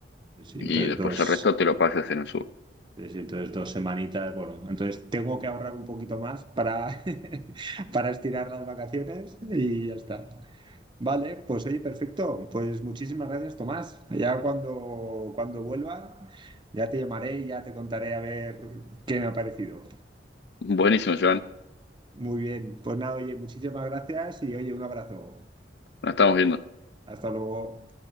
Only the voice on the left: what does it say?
y
después
el resto te lo pasas en el sur.
Buenísimo, Joan.
Nos estamos viendo.